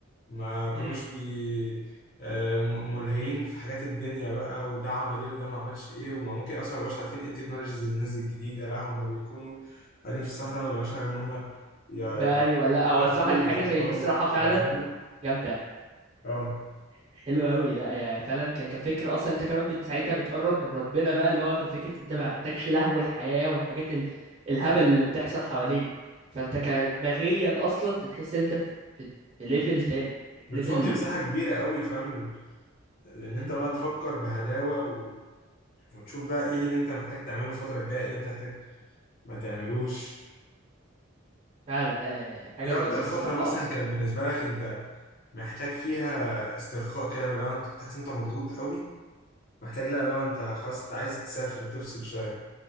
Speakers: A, on the left; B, on the right.
A: ما كانوش
B: امم
A: بي آه، م- ملهيين في حاجات الدنيا بقى وده عمل ايه وده ما عملش ايه وما ممكن اصلا ما يبقاش عارفين ايه التكنولوجيز اللي نزلت الجديده لا هم بيكونوا قاعدين في الصحراء ما بيبقاش عارف ان هم ي-
B: بقى ايوه لا هو
A: يعرفوا
B: الصراحه دي حاجه
A: يفكروا
B: زي دي الصراحه
A: في
B: فعلا
A: ربنا
B: جامده
A: اه
B: حلو قوي لا يا فعلا ك- كفكره اصلا انت كمان بت- ساعتها بتقرب من ربنا بقى اللي هو كفكره انت ما عندكش لهو الحياه والحاجات ال... الهبل اللي بتحصل حوالينا فانت كدماغيا اصلا انت تحس ان انت في في ليفل تاني في
A: بتفضي
B: ليفل
A: مساحة كبيرة قوي فاهم ل- لان انت
B: امم
A: بقى تفكر بهداوة و... وتشوف بقى ايه اللي انت محتاج تعمله الفترة الجاية ايه اللي انت محتاج ما تعملوش
B: فعلا لا يعني حاجه
A: ايه
B: زي
A: اكتر
B: دي الصراحه
A: فترة مثلا
B: اصلا
A: كان بالنسبة لك انت محتاج فيها استرخاء كده لو انت كنت حاسس ان انت مضغوط قوي محتاج لا لو انت خلاص انت عايز تسافر تفصل شوية